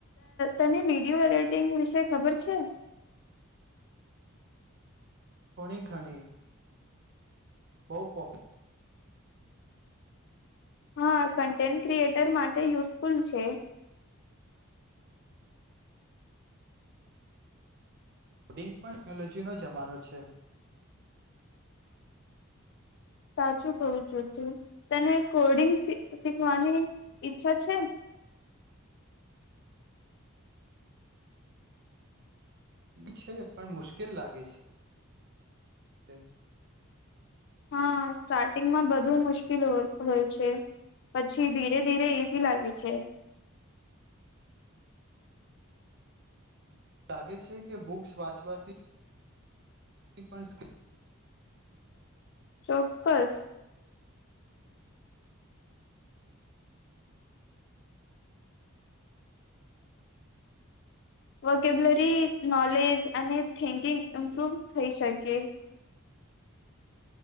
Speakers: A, on the left; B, on the right.
A: તેની વિડીિયો એડિટિંગ વિશે ખબર છે?
B: થોડી ઘણી. બહ પો.
A: હા કન્ટેન્ટ ક્રિએટર માટે યુઝફુલ છે.
B: કોડિંગ પણ ટેક્નોલોજીનો જમાનો છે
A: સાચું કું છું તું તને કોડિંગ શીખવાની ઈચ્છા છે?
B: એ છે પણ મુશ્કેલ લાગે છે.
A: હા સ્ટાર્ટિંગમાં બધુ મુશ્કેલ હોય છે પછી ધીરે ધીરે ઈઝી લાગે છે.
B: લાગે છે કે બુક્સ વાંચવાથી એક પસ
A: ચોક્કસ. વોકેબલરી નોલેજ અને થિંકિંગ ઇમ્પ્રુવ થઈ શકે.